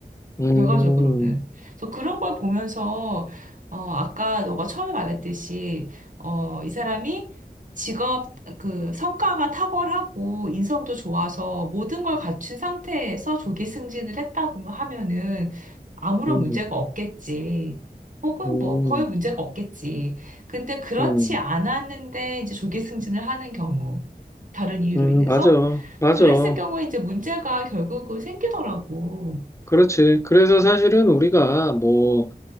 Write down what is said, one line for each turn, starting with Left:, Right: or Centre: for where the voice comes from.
Left: 음,
Right: 결과적으로는. 그래서 그런 걸 보면서, 어, 아까 너가 처음에 말했듯이, 어, 이 사람이 직업, 그, 성과가 탁월하고 인성도 좋아서 모든 걸 갖춘 상태에서 조기 승진을 했다고 하면은 아무런
Left: 음,
Right: 문제가 없겠지. 혹은
Left: 음,
Right: 뭐 거의 문제가 없겠지. 근데 그렇지
Left: 음,
Right: 않았는데 이제 조기 승진을 하는 경우, 다른 이유로
Left: 음,
Right: 인해서.
Left: 맞아, 맞아.
Right: 그랬을 경우에 이제 문제가 결국은 생기더라고.
Left: 그렇지. 그래서 사실은 우리가 뭐